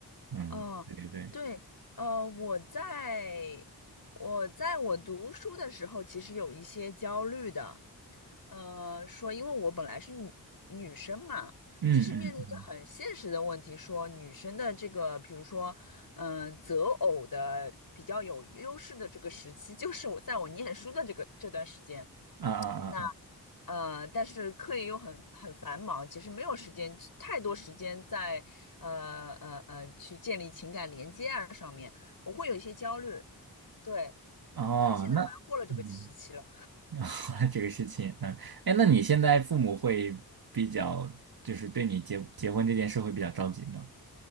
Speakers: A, on the right; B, on the left.
A: 嗯，
B: 哦，
A: 对对对，
B: 对，呃，我在我在我读书的时候，其实有一些焦虑的，呃，说因为我本来是女女生嘛，
A: 嗯嗯嗯
B: 其实面临一个很现实的问题，说女生的这个，比如说，嗯、择偶的比较有优势的这个时期，就是我在我念书的这个这段时间。
A: 啊啊啊啊。
B: 那呃，但是课业又很很繁忙，其实没有时间太多时间在呃呃呃去建立情感连接啊上面，我会有一些焦虑。对，
A: 哦，
B: 但是现在好像过了这个时期了。
A: 那嗯，<laughs> 这个事情，嗯，哎，那你现在父母会比较，就是对你结结婚这件事会比较着急吗？